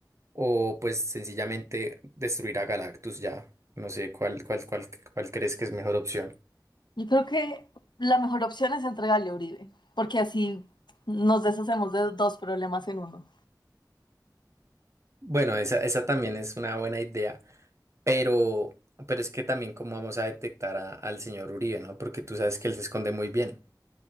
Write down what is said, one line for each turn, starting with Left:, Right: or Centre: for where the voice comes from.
Right: o pues sencillamente destruir a Galactus ya. No sé cuál, cuál, cuál, cuál crees que es mejor opción.
Left: Yo creo que la mejor opción es entregarle a Uribe, porque así nos deshacemos de dos problemas en uno.
Right: Bueno, esa, esa también es una buena idea, pero, pero es que también cómo vamos a detectar a- al señor Uribe, ¿no? Porque tú sabes que él se esconde muy bien.